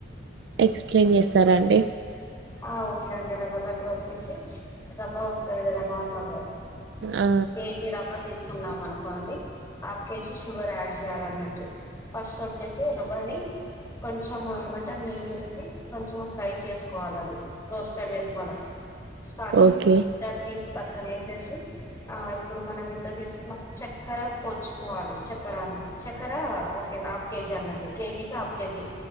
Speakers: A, on the right; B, on the left.
A: ఎక్స్ప్లెయిన్ చే స్తారా అండి
B: ఆ ఓకే అండి రవ్వ లడ్డు వచ్చేసి రవ్వ ఉంటది కదా నార్మల్గా
A: ఆ
B: కేజీ రవ్వ తీసుకుందాం అనుకోండి హాఫ్ కేజీ షుగర్ యాడ్ చేయాలన్నట్టు ఫస్ట్ వచ్చేసి రవ్వని కొంచం ఏమంటారు నెయ్యి వేసి కొంచెం ఫ్రై చేసుకోవాలి అది రోస్టెడ్ చేసుకోవాలి స్టార్టింగ్
A: ఓకే
B: దాన్ని తీసి పక్కనేసేసి ఆ ఇప్పుడు మనం ఎంత తీసుకున్నా చక్కర కోల్చుకోవాలి చక్కెర అ చక్కెర ఓ హాఫ్ కేజీ అన్నట్టు కేజీకి హాఫ్ కేజీ